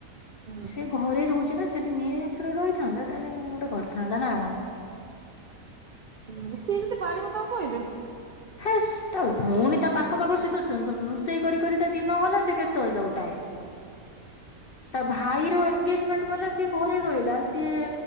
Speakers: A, on the right (about 65°); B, on the left (about 55°).
A: ରେ।
B: ସେ ଘରେ ରହୁଚି ନା ସେ ଯଦି ମେଶରେ ରହି ଥାନ୍ତା ତାହେଲେ କଣ ଗୋଟେ କରଥାନ୍ତା ନା କଣ?
A: ହୁଁ ସିଏ ବି ତ ବାରେ ମୁଁ ତାକୁ କହଦେବି।
B: ହେସ ତା ଭଉଣୀ ତା ପାଖ ପାଖରୁ ସେତ ଚୁ ଚୁ ରୋଷେଇ କରି କରି ତା ଦିନ ଗଲା ସେ କେତେବେଳେ ତାକୁ ଟାଇମ୍ ତା ଭାଇର ଏନଗେଜମେଣ୍ଟ ଗଲା ସିଏ ଘରେ ରହିଲା ସିଏ